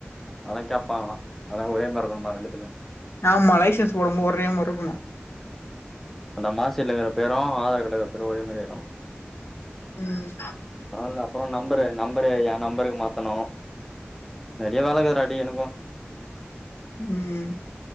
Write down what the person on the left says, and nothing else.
ஆமா லைசன்ஸ் போடம் போது ஒரே மாரி இருக்கணு
ம்
ம்